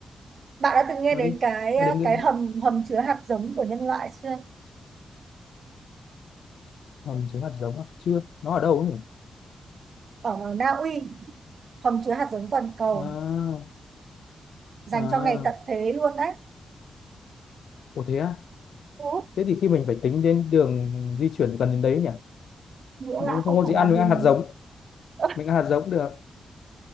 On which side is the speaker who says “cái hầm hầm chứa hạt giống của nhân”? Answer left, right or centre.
Right